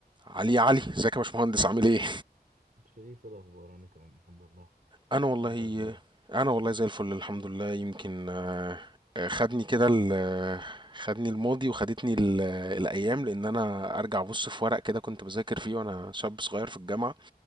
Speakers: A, on the right; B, on the right.
A: علي علي ازيك يا باشمهندس عامل ايه
B: شريف إيه الأخبار أنا تمام الحمد لله
A: انا والله
B: أنت أخبارك
A: انا والله زي الفل الحمد لله يمكن آه، آه، خدني كده ال- آه، خدني الماضي وخدتني ال- آه، الايام لان انا ارجع ابص في ورق كده كنت بذاكر فيه وانا شاب صغير في الجامعه